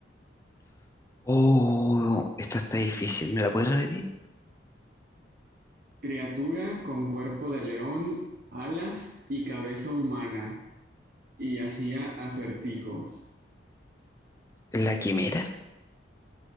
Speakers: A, on the left; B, on the right.
A: Oh, esta está difícil. ¿Me la puedes repetir?
B: Criatura con cuerpo de león, alas y cabeza humana y hacía acertijos.
A: ¿La quimera?